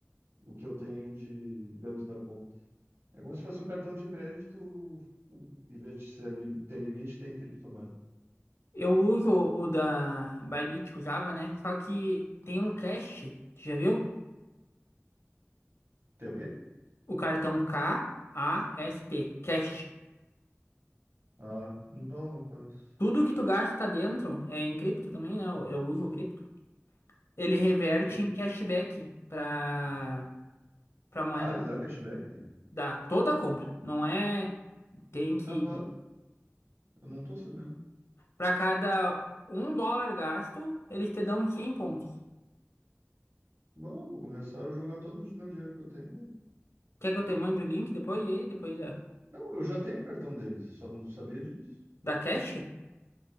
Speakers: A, on the right; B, on the left.
A: o que eu tenho de dentro da conta. É como se fosse um cartão de crédito, em vez de ser lim- ter limite, tem criptomoeda.
B: Eu uso o da Bybit, usava, né? Só que tem um cache, já viu?
A: Tem o quê?
B: O cartão K-A-S-T, cache.
A: Ah, não, não conheço.
B: Tudo que tu gasta dentro, é em cripto também, né? Eu, eu uso o cripto. Ele reverte
A: E-
B: em cashback pra, pra moeda
A: Ah, ele dá cashback?
B: da toda a compra. Não é, tem que,
A: Capaz, eu não tô sabendo.
B: pra cada um dólar gasto, eles te dão 100 pontos.
A: Bom, vou começar a jogar todo o meu dinheiro que eu tenho.
B: Quer que eu te mande o link depois aí? Depois da.
A: Não, eu já tenho o cartão deles, eu só não sabia disso.
B: Da Cash?